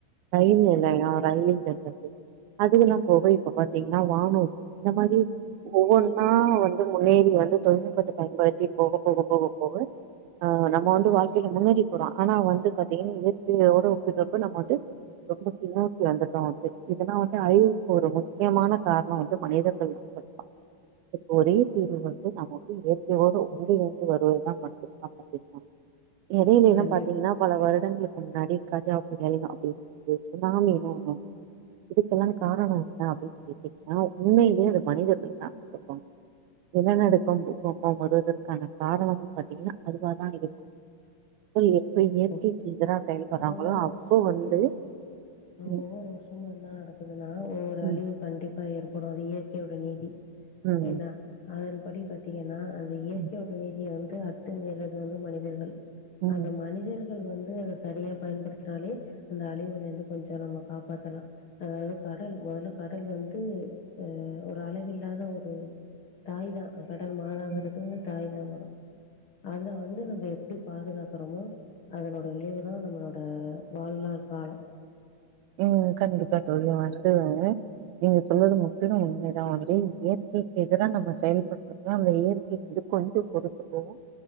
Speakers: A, on the right; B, on the left.
A: ரயில் நிலயோம் ரயில் ஜர்ப்பட்டு அதுக்கெல்லா போக இப்ப பாத்திங்கன்னா வானூர்தி இந்த மாரி ஒவ்வொன்னா வந்து முன்னேறி வந்து தொழில்நுட்பத்த பயன்படுத்தி போக போக போக போக ஆ நம்ம வந்து வாழ்க்கைல முன்னேறி போறோ ஆனா வந்து பாத்திங்கன்னா இயற்கையோட ஒப்பிட்றப்ப நம்ம வந்து ரொம்ப பின்னோக்கி வந்துட்டோ வந்து இதெல்லா வந்து அழிவுக்கு ஒரு முக்கியமான கார்ணோ வந்து மனிதர்கள் தா தொட்டா அதுக்கு ஒரே தீர்வு வந்து நம வந்து இயற்கையோடு ஒன்றிணைந்து வருவதுதா மட்டுந்தா <unintelligible> எடையிலேலா
B: கண்டிப்பா.
A: பாத்திங்ன்னா பல வருடங்களுக்கு முன்னாடி கஜா புயல் அப்டிஇருந்துச்சு சுனாமினு ஒன்னு வந்ச்சு இதுக்கெல்லா காரணம் என்ன அப்டின் கேட்டிங்ன்னா உண்மைலேயே அது மனிதர்கள் தாருப்பாங்க நிலநடுக்கம் பூகம்பம் வருவதற்கான காரணமு பாத்திங்கனா அதுவாதா இருக்கு போய் எப்ப இயற்கைக்கு
B: ஒ
A: எதிரா செயல்பட்றாங்களோ
B: ஒவ்வொரு
A: அப்ப
B: வருஷமு
A: வந்து
B: தோழி
A: ம்
B: ஒவ்வொரு வர்ஷமு இன்ன நடக்குதுன்னா ஒவ்வொரு
A: ம்
B: அழிவு கண்டிப் பா ஏற்படு அது இயற்கையோட நிதி
A: ம்
B: என்ன அதன்படி பாத்திங்கன்னா அந்த இயற்கைன்ற
A: ம்
B: நிதிய வந்து அத்துமீர்றது வந்து மனிதர்கள்
A: ம்
B: அந்த மனிதர் கள் வந்து அத சரியா பயன்படுத்தினாலே அந்த அழிவுலேந்து கொஞ்சோ நம்ம காப்பாத்தலா ஆ அது கடல் மொதல்ல கடல் வந்து ஆ ஒரு அளவில்லாத ஒரு தாய் தா கடல் மாதாங்ன்குறது
A: ம்.
B: வந்து தாய் தா வரும் அத்ல வந்து நம்ப எப்டி பாதுகாக்றமோ அதனோட விளைவ்க கள் நம்புளோட வாழ்நாள் காலோ
A: ம் கண்டிப்பா தோழி அது வந்துவே நீங்க சொல்றது முற்றிலு உண்மைதா வந்து இயற்கைக்கு எதிரா நம்ம செயல்பட்ற அப்ப தா அந்த இயற்கை வந்து கொஞ்சோ பொறுத்து போவு